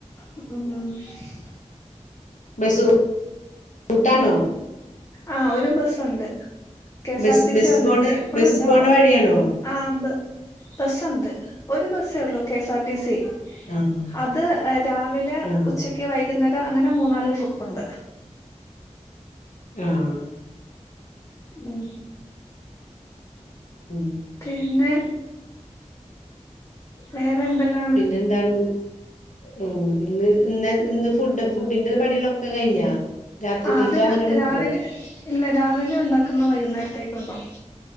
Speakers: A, on the left (about 25°); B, on the left (about 85°).
A: മ്ഹ്
B: ബസ് റൂ റൂട്ടാണോ
A: ആഹ് ഒര് ബസ്സൊണ്ട്. K S
B: bus
A: R T
B: bus
A: സി ഒരെണ്ണോണ്ട്
B: പോണ
A: എപ്പളൂല്ല
B: ബസ് പോണ വഴിയാണോ
A: ആഹ് ബ ബസ്സൊണ്ട് ഒരു ബസ്സേ ഉള്ളു K S R T C
B: ആഹ്
A: അത് രാവിലെ
B: ആഹ്
A: ഉച്ച ക്ക് വൈകുന്നേരം അങ്ങനെ മൂന്നാല് ട്രിപ്പുണ്ട്.
B: ആഹ്
A: ഉം
B: ഉം
A: പിന്നെ വേറെ എന്തെല്ലാം
B: പിന്നെ ന്താണ് ഉം ഇന്ന് ഇന്ന് ഇന്ന് ഫുഡ് ഫുഡിന്റെ പണികളൊക്കെ കഴിഞ്ഞാ രാത്രിക്കൽക്ക്
A: ആഹ് അത് രാ
B: അങ്ങനെ വെക്കുവോ
A: രാവിലെ ഇല്ല രാവിലെ ഉണ്ടാക്കുന്ന വൈകുന്നേരത്തേക്കും ഒണ്ടാവും